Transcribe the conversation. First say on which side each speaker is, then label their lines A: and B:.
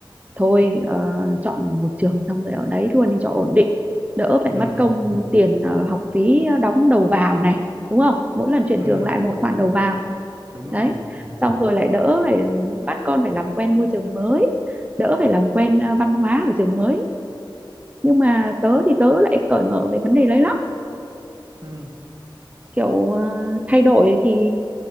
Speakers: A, on the right; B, on the right.
A: thôi ờ, chọn một trường xong rồi ở đấy luôn đi cho ổn định đỡ phải
B: ừ
A: mất công tiền ờ, học phí đóng đầu vào này đúng không mỗi lần chuyển
B: ừ
A: trường lại một khoản đầu vào
B: đúng rồi
A: đấy xong rồi lại đỡ phải bắt con phải làm quen môi trường mới đỡ phải làm quen à, văn hóa ở trường mới nhưng mà tớ thì tớ lại cởi mở về vấn đề đấy lắm
B: ừ
A: kiểu à, thay đổi thì